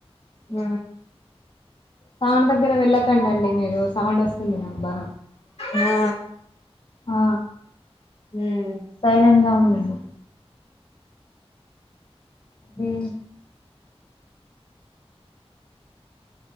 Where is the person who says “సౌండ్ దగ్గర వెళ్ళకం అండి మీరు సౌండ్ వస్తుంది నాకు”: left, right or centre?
Left